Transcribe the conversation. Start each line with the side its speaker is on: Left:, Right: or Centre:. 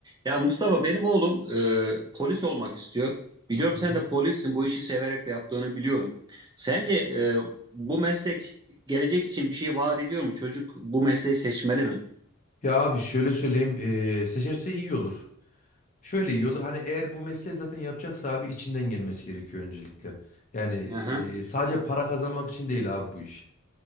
Right: Ya Mustafa benim oğlum e, polis olmak istiyor. Biliyorum
Left: Hı hı.
Right: sen de polissin. Bu işi severek de yaptığını biliyorum. Sence e, bu meslek gelecek için bir şey vaat ediyor mu? Çocuk bu mesleği seçmeli mi?
Left: Ya abi şöyle söyleyeyim eee, seçerse iyi olur. Şöyle iyi olur hani eğer bu mesleği zaten yapacaksa abi içinden gelmesi gerekiyor öncelikle. Yani eee,
Right: Aha,
Left: sadece para kazanmak için değil abi bu iş.